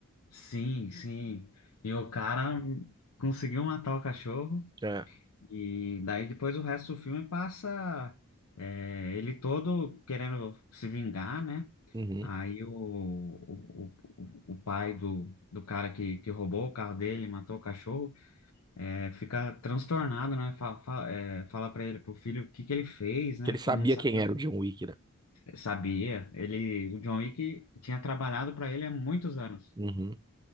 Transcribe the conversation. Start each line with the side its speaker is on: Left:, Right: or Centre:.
Left: sim, sim. E o cara hum, conseguiu matar o cachorro.
Right: É.
Left: E daí depois o resto do filme passa é, ele todo querendo se vingar, né?
Right: Uhum.
Left: Aí o, o, o, o pai do, do cara que, que roubou o carro dele, matou o cachorro, é, fica transtornado, né? Fala, fala, é, fala pra ele, pro filho, o que que ele fez, né?
Right: Que ele sabia
Left: Que não sabia.
Right: quem era o John Wick, né?
Left: Sabia. Ele, o John Wick tinha trabalhado para ele há muitos anos.
Right: Uhum.